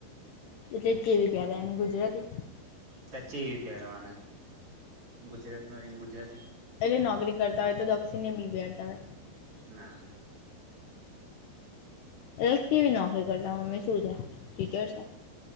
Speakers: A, on the left; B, on the right.
A: જેવી પેરે એમ ગુજરાતી
B: સચીતે પેરવાના ગુજરાતમાં રને ગુજરાત
A: એટલે નોકરી કરતા હોય તો દક્ષિણને બી પેરતા હોય
B: ના
A: રતિવી નોકરી કરતા મ્મે શું છે ટીચર છે